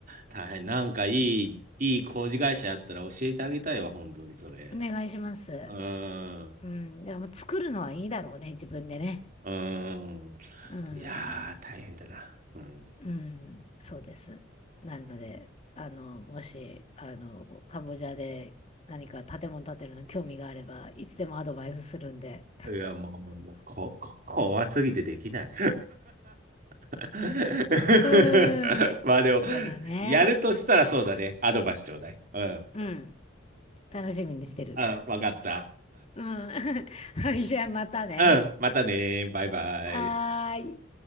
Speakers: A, on the right (about 40°); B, on the left (about 30°).
A: 大変。なんかいい、いい工事会社あったら教えてあげたいわ、本当にそれ。
B: お願いします。
A: うん。
B: うん。でも作るのはいいだろうね、自分でね。
A: うーん。
B: うん。
A: いやー、大変だな。うん。
B: うん。そうです。なので、あの、もし、あの、カンボジアで何か建物建てるの興味があれば、いつでもアドバイスするんで。
A: いや、もう、もう、もう、こ、こ、怖すぎてできない。<laughs>
B: うん。
A: まあでも、
B: そうだね。
A: やるとしたらそうだね。アドバイスちょうだい。うん。
B: うん。楽しみにしてる。
A: うん、わかった。
B: うん。<laughs> はいじゃあまたね。
A: うん、またね。バイバイ。
B: はーい。